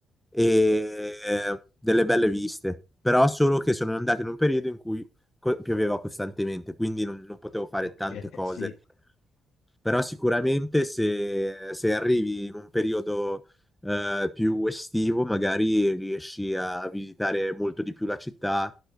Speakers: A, in the centre; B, on the left (about 80°).
A: e eh, delle belle viste, però solo che sono andato in un periodo in cui co- pioveva costantemente, quindi non, non potevo fare
B: ok,
A: tante
B: <laughs>
A: cose.
B: sì.
A: Però sicuramente se, se arrivi in un periodo eh, più estivo, magari riesci a visitare molto di più la città.